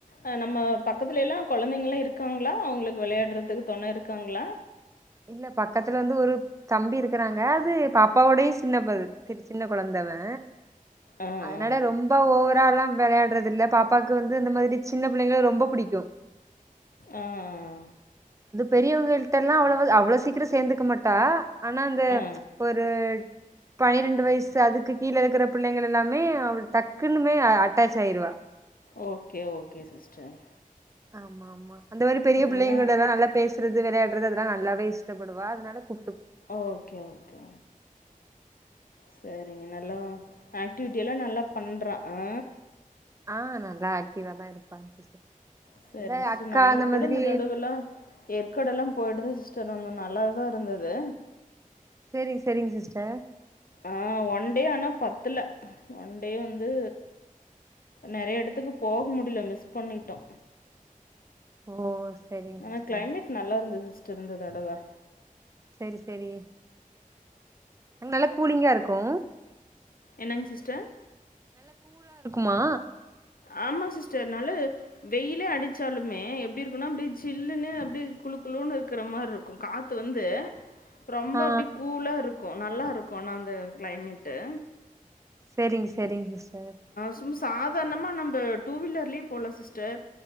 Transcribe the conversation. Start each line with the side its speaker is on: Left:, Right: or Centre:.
Left: அ நம்ம பக்கத்துல எல்லா கொழந்தைங்கள் லா இருக்காங்ளா அவுங்களுக்கு வெளையாட்றதுக்கு தொன இருக்காங்ளா
Right: இல்ல பக்கத்துல வந்து ஒரு தம்பி இருக்குறாங்க அது பாப்பாவோடயு சின்ன பச செரி சின்ன கொழந்த அவெ
Left: ஆ,
Right: அதனால
Left: ஆ.
Right: ரொம்ப ஓவராலா வெளையாட்றதில்ல பாப்பாக்கு வந்து அந்த மாதிரி சின்ன பிள்ளைங்கள ரொம்ப புடிக்கு
Left: ஆ ஆ
Right: பெரியவங்கள்ட்ட எல்லா அவ்ளவு அவ்ளோ சீக்கிரோ சேந்துக்க மாட்டா ஆனா அந்த
Left: ஆ.
Right: ஒரு பணிரெண்டு வயசு அதுக்கு கீழ இருக்குற பிள்ளைங்கள எல்லாமே அவ டக்குனுமே அ அட்டாச் ஆயிருவா
Left: ஓகே ஓகே சிஸ்டர்
Right: ஆமா ஆமா அந்த மாரி பெரிய பிள்ளைங்க
Left: ஏன்னா
Right: கூட எல்லா நல்லா பேஸ் றது வெளையாடுறது அதெல்லா நல்லாவே இஷ்டப்படுவா அதனால கு
Left: ஓகே ஓகே சரிங்க நல்லா ஆக்டிவிட்டி எல்லா நல்லா பண்றா ஆ
Right: ஆ நல்லா ஆக்டிவா தா இருப்பாங் சிஸ்டர்
Left: சரிங்க
Right: இந்த
Left: சிஸ்டர்
Right: அக்கா
Left: நாங்க
Right: அந்த
Left: கூட
Right: மாதிரி
Left: இந்த தடவெல்லா ஏற்காடெல்லா போயிட்டு தா சிஸ் செரி நானு நல்லாதா இருந்தது
Right: செரிங் செரிங்க சிஸ்டர்
Left: ஆ ஒன் டே ஆனா பத்துல ஒன் டே வந்து நெறைய எடத்துக்கு போக முடியல மிஸ் பண்ணிட்டோ
Right: ஓ சேரிங்
Left: ஆனா
Right: சிஸ்டர்
Left: கிளைமேட் நல்லாருந்தது சிஸ்டர் இந்த தடவ
Right: செரி செரி அங்க நல்ல கூலிங்கா இருக்கு
Left: என்னங்க சிஸ்டர்
Right: மா
Left: ஆமா சிஸ்டர் நல்ல வெயிலே அடிச்சாலுமே எப்படி இருக்குனா அப்படி ஜில்லுன்னு அப்படி குளுகுளுன்னு இருக்கிற மாரி இருக்கு காத்து வந்து ரொம்ப
Right: ஆ
Left: அப்படி கூலா இருக்கு நல்லா இருக்கு ஆனாஅந்த கிளைமேட்டு்
Right: சரிங்க சரிங்க சிஸ்டர்
Left: சும்மா சாதாரணமா நம்ம டூ வீலர்லயே போல சிஸ்டர்